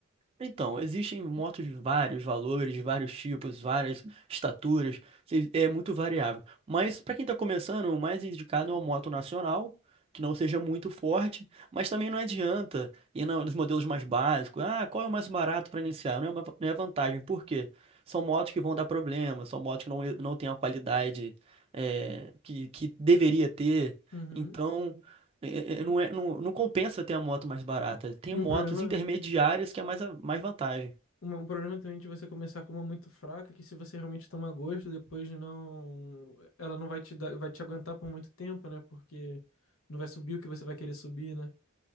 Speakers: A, on the right; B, on the left.
A: Então, existem motos de vários valores, de vários tipos, várias estaturas, se- é muito variável. Mas para quem está começando, o mais indicado é uma moto nacional, que não seja muito forte, mas também não adianta ir na- nos modelos mais básicos. Ah, qual é o mais barato para iniciar? Não é, uma, va- não é vantagem, por quê? São motos que vão dar problema, são motos que não, não têm a qualidade eh, que, que deveria ter.
B: Uhum.
A: Então. É- é- Não, é, não, não compensa ter a moto mais barata. Tem
B: E
A: motos
B: um problema
A: intermediárias que é mais, a- mais vantagem.
B: Uma- Um problema também de você começar com uma muito fraca, que se você realmente tomar gosto, depois não. Ela não vai te dar, vai te aguentar por muito tempo, né? Porque não vai subir o que você vai querer subir, né?